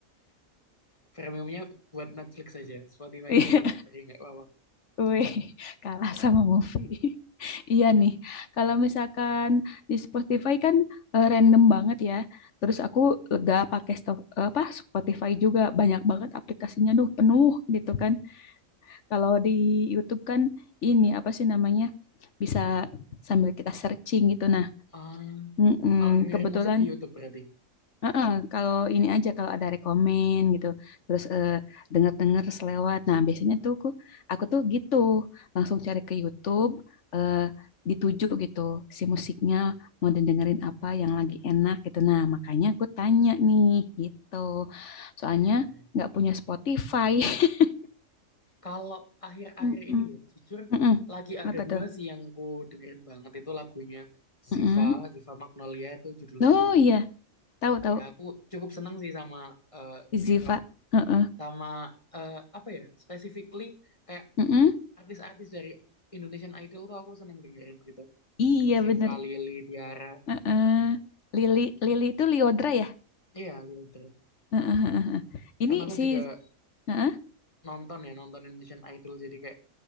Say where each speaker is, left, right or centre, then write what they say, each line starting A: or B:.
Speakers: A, on the left; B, on the left.
A: Premiumnya buat Netflix aja, Spotify-nya
B: <laughs>
A: ya udah free nggak apa-apa.
B: Wih, <laughs> kalah sama movie. <laughs> Iya nih, kalau misalkan di Spotify kan eh, random banget ya. Terus aku lega pakai sto- eh, apa Spotify juga banyak banget aplikasinya, duh penuh gitu kan. Kalau di YouTube kan ini apa sih namanya bisa sambil kita searching gitu. Nah,
A: Ah,
B: mm-mm,
A: kalau dengerin
B: kebetulan
A: musik di YouTube berarti.
B: Heeh, kalau ini aja kalau ada rekomen gitu terus eh, dengar denger selewat nah biasanya tuh aku, aku tuh gitu langsung cari ke YouTube eh, dituju gitu si musiknya mau dengerin apa yang lagi enak gitu nah makanya aku tanya nih gitu soalnya
A: Iya.
B: nggak punya Spotify <laughs>
A: Kalau akhir-akhir
B: Mm-mm.
A: ini ya, jujur
B: Mm-mm.
A: lagi ada
B: apa
A: dua
B: tuh
A: sih yang ku dengerin banget itu lagunya Ziva,
B: Mm-mm.
A: Ziva Magnolia itu judulnya
B: oh
A: cukup.
B: iya tahu tahu
A: Ya aku cukup seneng sih sama eh, Ziva,
B: Ziva Heeh.
A: sama eh, apa ya, specifically kayak
B: Mm-mm.
A: artis-artis dari Indonesian Idol tuh aku seneng dengerin gitu.
B: iya
A: Ziva,
B: bener
A: Lili, Tiara,
B: Heeh. Lili Lili itu Liodra ya
A: iya Liodra.
B: Heeh, heeh, heeh. Ini
A: Karena aku
B: si
A: juga
B: heeh,
A: nonton ya, nonton Indonesian Idol jadi kayak